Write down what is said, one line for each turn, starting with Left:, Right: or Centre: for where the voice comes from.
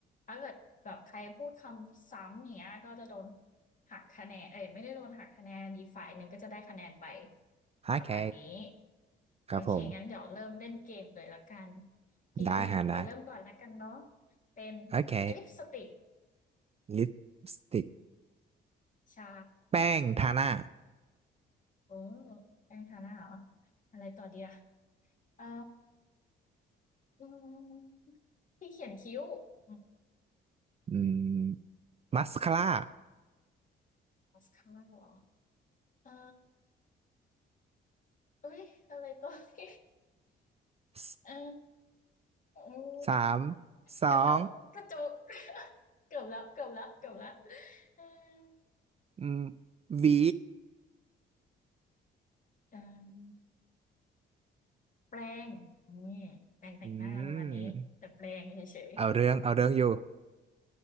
Left: ถ้าเกิดแบบใครพูดคำซ้ำอย่างเงี้ยก็จะโดนหักคะแนนเอ้ยไม่ได้โดนหักคะแนนอีกฝ่ายหนึ่งก็จะได้คะแนนไป
Right: โอเค
Left: ประมาณนี้
Right: ครับผม
Left: โอเคงั้นเดี๋ยวเริ่มเล่นเกมเลยละกันพี่ขอเริ่มก่อนละกันเนาะ
Right: ได้ฮะได้
Left: เป็น
Right: โอเค
Left: ลิปสติก
Right: ลิปสติก
Left: ใช่
Right: แป้งทาหน้า
Left: โอ้แป้งทาหน้าเหรออะไรต่อดีอะเอ่ออืมพี่เขียนคิ้วอืม
Right: อืมมัสคาร่า
Left: มาสคาร่าเหรอเอ่อเอ้ยอะไรต่อดี
Right: ส
Left: เอออืม
Right: สามสอง
Left: เดี๋ยวกระจกกระจก <laughs> เกือบแล้วเกือบแล้วเกือบแล้วเ
Right: อืมหวี
Left: ออ แปรงนี่แปรงแต่งหน้าประมาณนี้แต่แปรงเฉย
Right: อืมเอาเรื่อง เอาเรื่องอยู่